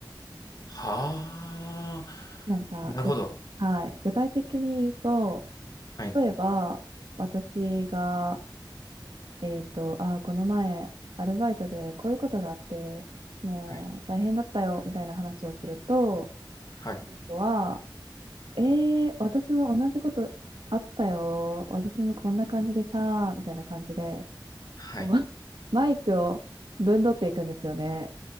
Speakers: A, on the left; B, on the right.
A: はあ、
B: なんか、
A: なるほど。
B: ぐ、はい、具体的に言うと、
A: はい。
B: 例えば、私がえっと、ああ、この前、アルバイトでこういうことがあって、もう大変だったよ、
A: はい。
B: みたいな話をすると、
A: はい。
B: その子は、えー、私も同じことあったよ、私もこんな感じでさ、みたいな感じで、
A: はい。
B: こう、<laughs> マイクをぶんどっていくんですよね。